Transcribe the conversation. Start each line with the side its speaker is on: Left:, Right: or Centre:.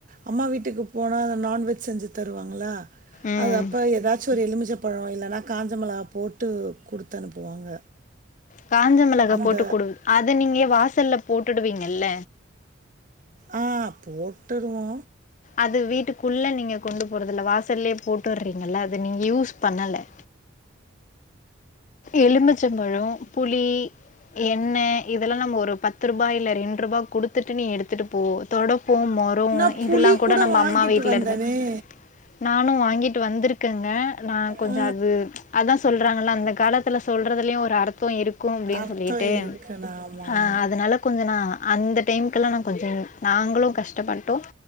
Right: அம்மா வீட்டுக்கு போனா நான்வெஜ் செஞ்சு தருவாங்களா
Left: ம்
Right: அது அப்ப எதாச்சு ஒரு எலுமிச்ச பழொ இல்லைன்னா காஞ்சமெளகா போட்டு குடுத்து அனுப்புவாங்க
Left: காஞ்சமெளகா
Right: அந்த
Left: போட்டு கொடு அத நீங்க வாசல்ல போட்டுடுவீங்கல்ல
Right: ஆ போட்டுருவோ
Left: அது வீட்டுக்குள்ள நீங்க கொண்டு போறதில்ல வாசல்லயே போட்டுறீங்கள அது நீங்க யூஸ் பண்ணல எலும்பிச்சம்பழொ புளி எண்ணெ இதெல்லா நம்ம ஒரு பத்து ரூபாய் இல்ல ரெண்டு ரூபா குடுத்துட்டு நீ எடுத்துட்டு போ தொடபோம் மரு
Right: நா புளி
Left: இதல்லான் கூட நம்ம
Right: வாங்கிட்டு
Left: அம்மா வீட்லருந்து
Right: வந்தனே
Left: நானு வாங்கிட் வந்துரேக்கெங்க நா கொஞ்சு
Right: ஆ
Left: அது அதா சொல்றாங்கள அந்த காலத்துல சொல்றதுல்யு ஒரு அர்த்தோ இருக் கு அப்டின்னு
Right: அர்த்தோ
Left: சொல்லிட்டு
Right: இருக்குண்ணா ஆமா ஆமா
Left: ஆ அதனாலப் கொஞ்ச நா அந்த டைமுகெல்லா நா கொஞ்ச நாங்களு கஷ்டப்பட்டோ